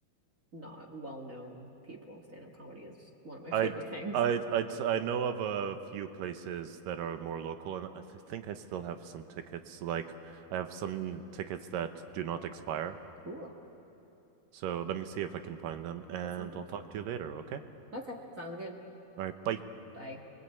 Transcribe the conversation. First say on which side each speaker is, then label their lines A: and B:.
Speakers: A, on the right; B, on the right.
A: not well-known people. Stand-up comedy is one of my
B: I'd
A: <laughs> favorite things.
B: I'd I'd I know of a few places that are more local, and I th think I still have some tickets. Like I have some tickets that do not expire,
A: Cool.
B: so let me see if I can find them, and
A: That sounds like
B: I'll talk
A: fun.
B: to you later. Okay?
A: Okay, sounds good.
B: All right, bye.
A: Bye.